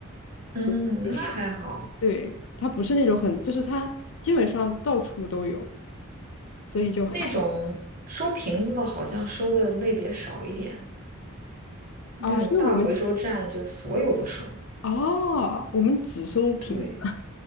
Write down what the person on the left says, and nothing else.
所以就是
对，它不是那种很，就是它基本上到处都有，所以就还
啊，因为我们哦，我们只收瓶。